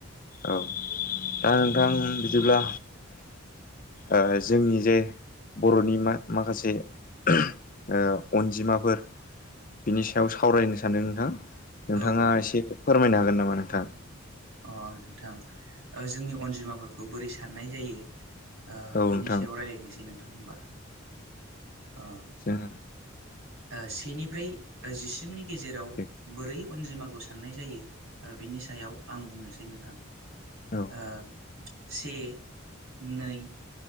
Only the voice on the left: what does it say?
औ दा नोंथां बिदिब्ला ओ जोंनि जे बर'नि मा माखासे ओ अनजिमाफोर बिनि सायाव सावरायनो सानदों नोंथां नोंथाङा
एसे फोरमायनो हागोन नामा नोंथां
औ
नोंथां
जोङो
दे
औ